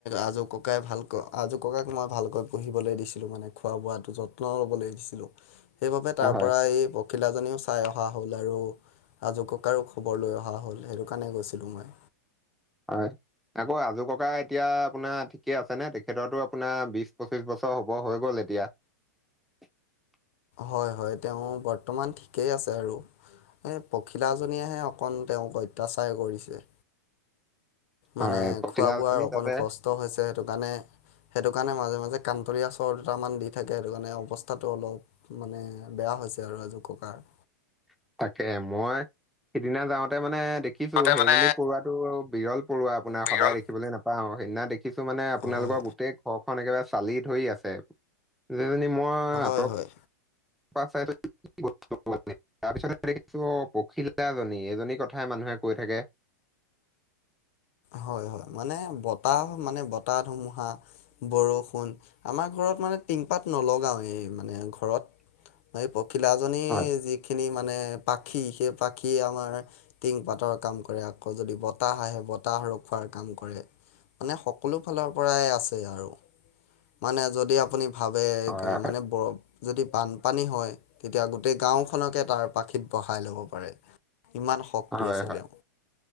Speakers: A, on the left; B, in the centre.
A: আজোক। ককাই ভালকৈ, আজু ককাইক মই ভালকৈ বহিবলৈ দিছিলোঁ মানে খোৱা বোৱাটো যত্ন ল'বলৈ দিছিলোঁ। সেইবাবে
B: অ,
A: তাৰপৰা
B: হয়,
A: এই অখিলাজনীও চাই অহা হ'ল আৰু আজুককাৰো খবৰ লৈ অহা হ'ল। সেইটো কাৰণে গৈছিলোঁ মই।
B: হয়। আকৌ আজু ককা এতিয়া আপোনাৰ ঠিকে আছেনে? তেখেৰতো আপোনাৰ বিশ পঁচিশ বছৰ হ'ব হৈ গ'ল এতিয়া। <unintelligible>
A: হয়, হয়। তেওঁ বৰ্তমান ঠিকেই আছে আৰু। এই পখিলাজনীয়েহে অকন তেওঁক অত্যাচাৰ কৰিছে।
B: হয়,
A: মানে
B: পখিলা
A: খোৱা বোৱাৰ
B: আজনী
A: অকণো
B: তাতে
A: কষ্ট হৈছে। সেইটো কাৰণে, সেইটো কাৰণে মাজে-মাজে কানতলীয়া চৰ দুটামান দি থাকে, সেইটো কাৰণে অৱস্থাটো অলপ মানে বেয়া হৈছে আৰু আজু ককাৰ।
B: <inaudible> তাকে মই সিদিনা যাওঁতে মানে দেখিছোঁ,
A: মতে
B: সেইজনী
A: মানে
B: পৰুৱাতটো বিৰল পৰুৱা আপোনাৰ
A: বিৰল
B: সদায় দেখিবলৈ নাপাওঁ। সেইদিনা দেখিছোঁ মানে আপোনালোকৰ
A: হয়
B: গোটেই ঘৰ ঘৰখন একেবাৰে চালি ধৰি আছে, <unintelligible> মই
A: হয় হয়
B: আঁত
A: হয়
B: পাছ <unintelligible> তাৰপিছত দেখিছোঁ পখিলাজনী, এইজনীৰ কথায়ে মানুহে কৈ থাকে। <inaudible>
A: হয়, হয়। মানে বতাহ মানে বতাহ ধুমুহা বৰষুণ আমাৰ ঘৰত মানে টিং পাত নলগাওঁ এই মানে। ঘৰত এই পখিলাজনী
B: হয়,
A: যিখিনি মানে পাখি সেই পাখিয়ে আমাৰ টিং পাতৰ কাম কৰে আকৌ যদি বতাহ আহে, বতাহ তাহ ৰখোৱাৰ কাম কৰে, মানে সকলো ফালৰ পৰাই আছে আৰু। মানে যদি আপুনি ভাৱে
B: হয়,
A: মানে বৰফ, যদি বানপানী হয় তেতিয়া গোটেই গাঁওখন গাওঁখনকে তাৰ পাখিত বহাই ল'ব পাৰে। ইমান শক্তি
B: হয়,
A: আছে
B: হয়।
A: তেওঁ